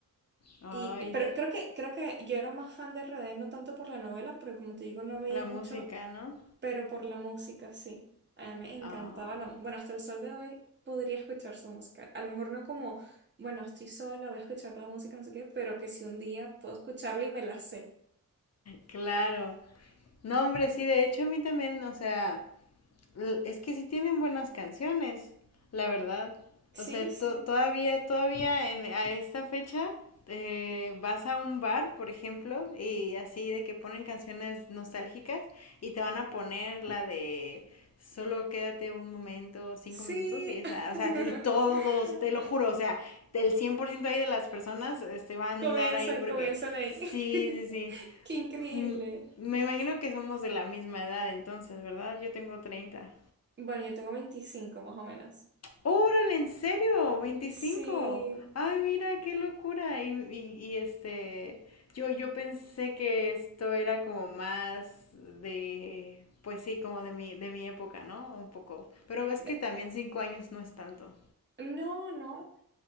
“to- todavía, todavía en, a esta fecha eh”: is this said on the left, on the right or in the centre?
Left